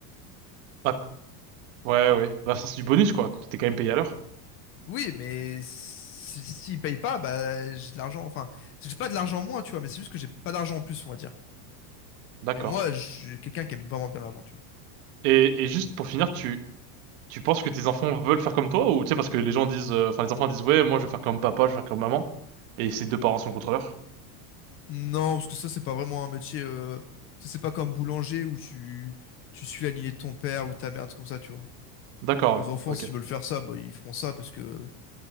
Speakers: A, on the right; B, on the left.
A: Bah, ouais, ouais. Bah, ça, c'est du bonus, quoi. T'es quand même payé à l'heure.
B: Oui, mais si... s'ils payent pas, bah, j'ai de l'argent. Enfin, j'ai pas de l'argent en moins, tu vois, mais c'est juste que j'ai pas d'argent en plus, on va dire.
A: D'accord.
B: Et moi, je suis quelqu'un qui aime vraiment bien l'argent, tu vois.
A: Et, et juste pour finir, tu, tu penses que tes enfants veulent faire comme toi ou tu sais, parce que les gens disent, euh, enfin, les enfants disent, ouais, moi, je vais faire comme papa, je vais faire comme maman. Et ses deux parents sont contrôleurs.
B: Non, parce que ça, c'est pas vraiment un métier. Euh... tu sais, C'est pas comme boulanger où tu, tu suis la lignée de ton père ou ta mère, c'est comme ça, tu vois.
A: D'accord,
B: Mes
A: ouais.
B: enfants,
A: Ok.
B: s'ils veulent faire ça, bah, ils feront ça parce que